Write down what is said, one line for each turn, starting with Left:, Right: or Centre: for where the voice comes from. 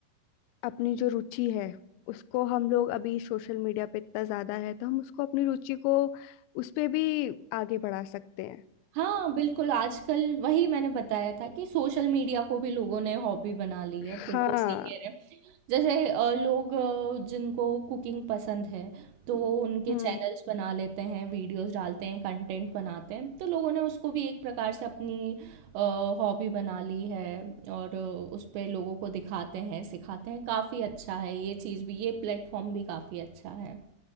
Left: अपनी जो रुचि है उसको हम लोग अभी सोशल मीडिया पे इतना ज्यादा है तो हम उसको अपनी रुचि को उस पे भी आगे बढ़ा सकते हैं
Right: हाँ, बिल्कुल आजकल वही मैंने बताया था कि सोशल मीडिया को भी लोगों ने हॉबी बना ली है,
Left: हाँ
Right: बिल्कुल सही कह रहे हैं। जैसे अ, लोग अ, जिनको कुकिंग पसंद है, तो वो उनके
Left: हम्म
Right: चैनल्स बना लेते हैं, वीडियोस डालते हैं, कंटेंट बनाते हैं, तो लोगों ने उसको भी एक प्रकार से अपनी अ, हॉबी बना ली है और अ, उस पे लोगों को दिखाते हैं, सिखाते हैं, काफ़ी अच्छा है ये चीज़ भी, ये प्लेटफॉर्म भी काफ़ी अच्छा है।